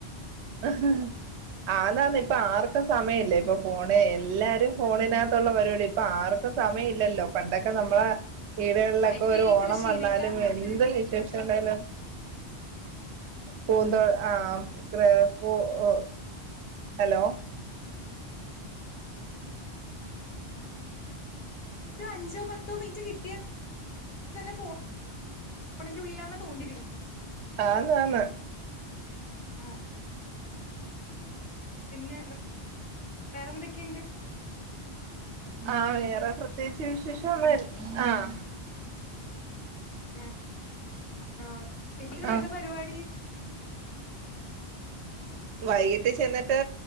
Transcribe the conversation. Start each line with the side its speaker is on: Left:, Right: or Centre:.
Right: ഹ് ഹ് ഹ്ആന്നാന്ന് ഇപ്പൊ ആ പ്പോ
Left: ആഹ്
Right: സമയല്ലേ ഇപ്പൊ ഫോണ് എല്ലാരും ഫോണിനകത്തുള്ള പരിപാടി ഇപ്പൊ ആർക്കും സമയം ഇല്ലല്ലോ പണ്ടൊക്കെ നമ്മളെ വീടുകളിലൊക്കെ
Left: എനിക്ക്
Right: ഒരു
Left: ഈ
Right: ഓണം
Left: കൃഷീനേക്കാളും
Right: വന്നാലും
Left: താല്പര്യം
Right: എന്ത്
Left: പൂക്കളൊക്കെ
Right: വിശേഷം
Left: വെക്കാൻ.
Right: ഉണ്ടായാലും പൂന്തോ ആഹ് സ്ക്രെ പ്പൂ ഒ ഹലോ
Left: ഒരു അഞ്ചോ പത്തോ മിനിറ്റ് കിട്ടിയ <unintelligible> തന്നെ ഫോൺ <unintelligible> ഫോണിന്റെ <unintelligible> ഉള്ളിലാണ് തോണ്ടിരിക്ക
Right: ആന്ന് ആന്ന്
Left: ആഹ് പിന്നെ <inaudible> വേ വേറെന്തൊക്കെണ്ട്
Right: ആഹ് വേറെ പ്രതേകിച് വിശേഷം ള്ള ആഹ്
Left: അ ആഹ് <inaudible> പി
Right: ആ
Left: എന്താ പരിപാടി
Right: വൈകിട്ട് ചെന്നിട്ട്